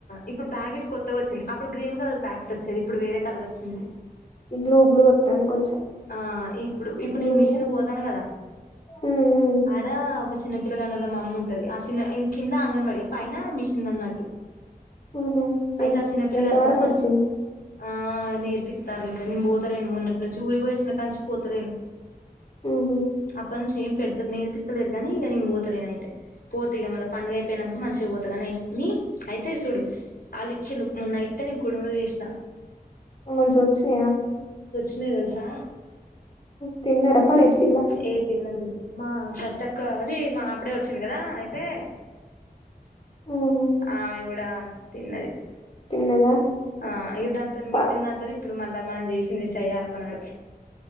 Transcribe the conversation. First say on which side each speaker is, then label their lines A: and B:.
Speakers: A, on the left (about 80°); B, on the left (about 35°).
A: ఇప్పుడు ప్యాకెట్ కొత్తగా వచ్చింది అప్పుడు గ్రీన్ కలర్ ప్యాకెట్ వచ్చేది ఇప్పుడు వేరే కలర్ వచ్చింది
B: ఈ బ్లూ బ్లూ వత్తంది కొంచెం
A: ఆ ఇప్పుడు ఇప్పుడు
B: బ్లూ
A: నేను మిషన్ పోతాను కదా
B: ఉమ్
A: ఆడ ఒక చిన్నపిల్లగాన్నద మమ్ ఉంటది ఆ చిన్న ఇం కింద అంగన్వాడి పైన మీషంద అన్నట్టు
B: ఉహు
A: అయితే
B: ఎ
A: ఆ చిన్న పిలగాడికి
B: ఎంత వరకు
A: వచ్చిన
B: వచ్చింది
A: ఆ నేర్పిస్తారు ఇంకా నేను పోతలేను మొన్నటి నుంచి ఊరికి పోయిసిన కానించి పోతలేను
B: ఉహు
A: అప్పడి నుంచి ఏం పెడుత నేర్పితలేరు కానీ ఇక నేను పోతలేను అయితే పోత ఇగ మ పండుగ అయిపోయినాక మంచిగా పోతగాని అ అయితే సూడు వాళ్ళు ఇచ్చేలు మొన్న అయితే నేను కుడుములు చేశా
B: మంచిగా వచ్చినయా
A: తెలుసా
B: తిన్నార పడేసిర
A: ఏ తిన్నాం మా సరితక్కా అజ మా అప్పుడే వచ్చింది కదా అయితే
B: ఉహు
A: ఆ ఆమె కూడా తిన్నది
B: తిన్నదా
A: ఆ ఇక దాంతో
B: పా
A: మిగిలిన దాంతో ఇప్పుడు మళ్ళా మనం చేసింది చెయ్యాల ఒకనాడు